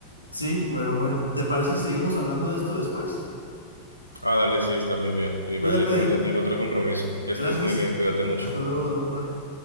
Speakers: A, on the left; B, on the right.
A: Sí, pero bueno, ¿te parece si seguimos hablando de esto después?
B: Ah, dale, sí, está muy bien. Igual
A: Cuídate,
B: yo también ya tengo otro compromiso. Que estés
A: gracias,
B: muy bien, cuídate mucho.
A: hasta luego, Doro, bye.